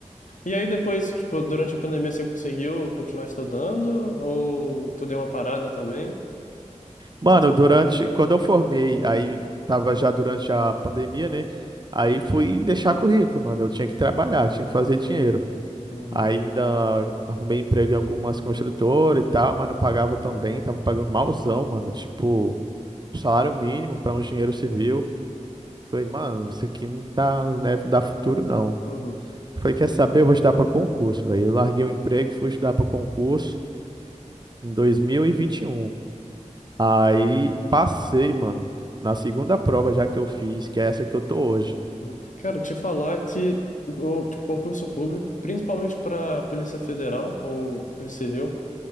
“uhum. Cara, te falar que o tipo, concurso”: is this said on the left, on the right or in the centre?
Left